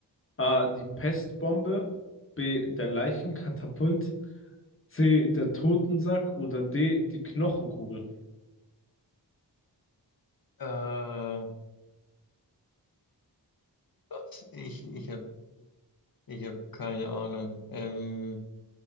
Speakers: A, on the left; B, on the left.
A: A. Die Pestbombe, B. Der Leichenkatapult, C. Der Totensack oder D. Die Knochenkugel.
B: Äh, was? Ich, ich habe ich hab keine Ahnung. Ähm,